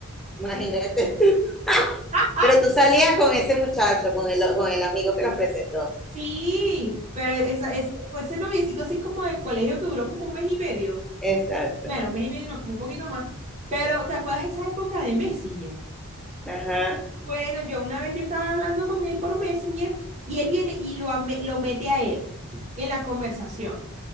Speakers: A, in the centre; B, on the right (about 30°).
A: imagínate tú. <laughs>
B: <laughs>
A: Pero tú salías con ese muchacho, con el, con el amigo que los presentó.
B: Sí, pero esa- ese- fue ese noviecito así como de colegio que duró como un mes y medio.
A: Exacto.
B: Bueno, un mes y medio, no, como un poquito más. Pero, ¿te acuerdas de esa época de Messenger?
A: Ajá.
B: Bueno, yo una vez yo estaba hablando con él por Messenger y él viene y lo, ame- lo mete a él en la conversación.